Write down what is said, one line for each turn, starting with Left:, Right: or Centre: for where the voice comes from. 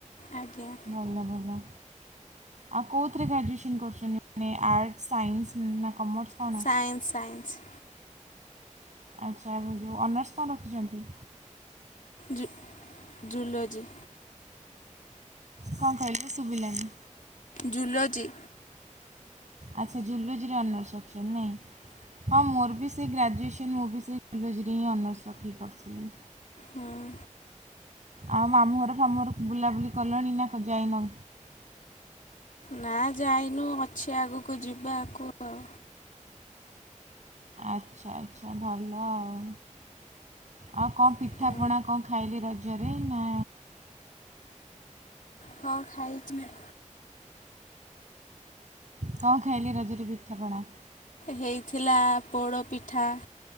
Left: ଆଜ୍ଞା।
Right: ଭଲ ଭଲ। ଆଉ କଉଥିରେ ଗ୍ରାଜୁଏସନ୍ କରୁଛନ୍ତି ମାନେ ଆର୍ଟସ୍ ସାଇନ୍ସ ନା କମର୍ସ କ ଣ?
Left: Science science.
Right: ଆଚ୍ଛା ଏବେ ଯୋଉ ଅନର୍ସ କଣ ରଖିଚନ୍ତି?
Left: ଜୁ ଜୁଲୋଜି।
Right: କଁ କହିଲେ ଶୁବିଲାନି।
Left: ଜୁଲୋଜି।
Right: ଆଚ୍ଛା ଜୁଲୋଜିରେ ଅନର୍ସ ରଖିଛନ୍ତି ନାଇଁ। ହଁ ମୋର ବି ସେ ଗ୍ରାଜୁଏସନ୍ ମୁବି ସେଇ ଜୁଲୋଜିରେ ହିଁ ଅନର୍ସରଖି ପଢୁଥିଲି।
Left: ହୁଁ ଉଁ।
Right: ଆଉ ମାମୁଁ ଘର ଫାମୁଁ ଘର ବୁଲାବୁଲି କଲଣି ନା ଯାଇନ?
Left: ନା ଯାଇନୁ ଅଛି ଆଗକୁ ଯିବାକୁ। ଆଉ
Right: ଆଚ୍ଛା ଆଚ୍ଛା ଭଲ ଆଉ। ଆଉ କଁ ପିଠାପଣା
Left: ହଁ।
Right: କଁ ଖାଇଲି ରଜରେ ନା
Left: ହଁ ଖାଇଛି ମୁଁ।
Right: କଁ ଖାଇଲେ ରଜରେ ପିଠାପଣା?
Left: ହେଇଥିଲା ପୋଡ଼ପିଠା,